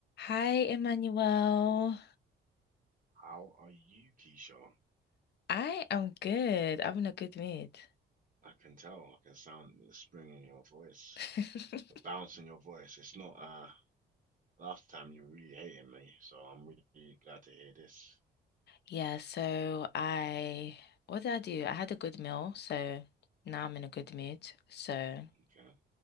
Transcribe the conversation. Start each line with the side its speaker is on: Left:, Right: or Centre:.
Left: Hi, Emmanuel.
Right: How are you, Keisha?
Left: I am good. I'm in a good mood.
Right: I can tell. I can sound the spring in your voice,
Left: <laughs>
Right: the bounce in your voice. It's not uh last time you were really hating me, so I'm really glad to hear this.
Left: Yeah, so I, what did I do? I had a good meal, so now I'm in a good mood. So
Right: Okay.